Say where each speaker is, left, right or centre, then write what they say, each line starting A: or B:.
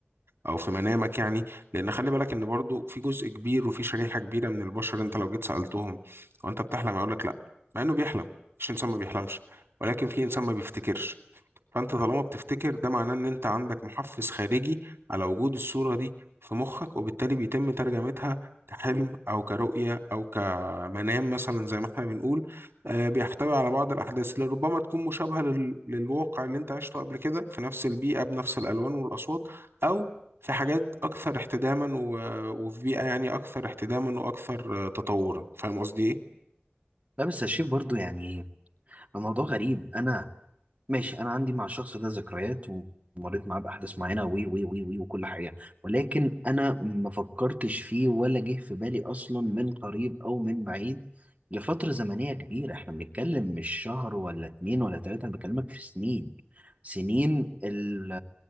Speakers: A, on the right; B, on the right.
A: او في منامك يعني لان خلي بالك ان برضو في جزء كبير وفي شريحه كبيره من البشر انت لو جيت سالتهم وانت بتحلم هيقول لك لا مع انه بيحلم مش انسان ما بيحلمش ولكن في انسان ما بيفتكرش فانت طالما بتفتكر ده معناه ان انت عندك محفز خارجي على وجود الصورة دي في مخك وبالتالي بيتم ترجمتها كحلم او كرؤية او كمنام مثلا زي ما احنا بنقول آه، بيحتوي على بعض الاحداث اللي ربما تكون مشابهة لل- للواقع اللي انت عشته قبل كده في نفس البيئة بنفس الالوان والاصوات او في حاجات اكثر احتداما و- وفي بيئة يعني اكثر احتداما واكثر آه، تطورا فاهم قصدي ايه؟
B: لا بس الشيف برضو يعني الموضوع غريب انا ماشي انا عندي مع الشخص ده ذكريات ومريت معاه باحداث معينه وي وي وي وي وكل حاجه ولكن انا ما فكرتش فيه ولا جه في بالي اصلا من قريب او من بعيد لفتره زمنيه كبيره احنا بنتكلم مش شهر ولا اتنين ولا تلاته انا بكلمك في سنين سنين ال